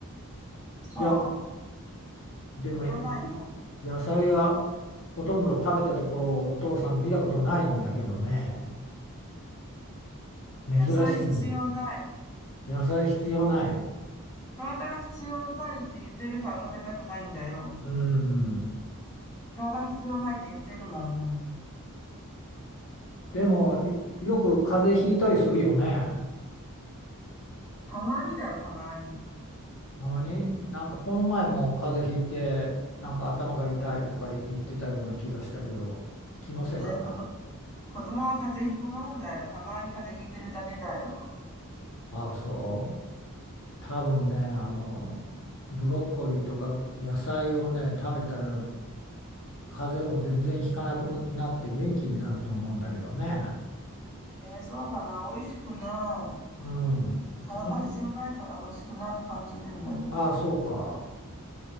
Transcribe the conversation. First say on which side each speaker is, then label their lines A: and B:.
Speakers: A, on the left (about 15°); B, on the left (about 60°).
A: そ
B: じゃでもい
A: う、いらないもん。
B: 野菜はほとんど食べたところをお父さん見たことないんだけどね珍しいね
A: 野菜必要ない。
B: 野菜必要ない
A: 体が必要ないって言ってるから食べたくないんだよ。
B: うん
A: 体が必要ないって言ってるもん。
B: でもいよく風邪ひいたりするよね
A: たまにだよ、たまに。
B: たまになんかこの前も風邪ひいてなんか頭が痛いとか言ってたような気がしたけど気のせいかな
A: えー、こと、子供は風邪ひくもんだよ。たまに風邪ひいてるだけだよ。
B: ああそう多分ねあのブロッコリーとか野菜をね食べたら風邪も全然ひかなくなって元気になると思うんだけどね。
A: えー、そうかな。美味しくない。
B: うん。
A: 体必要ないから美味しくなく感じるんだよ。
B: なんか、ああ、そうか。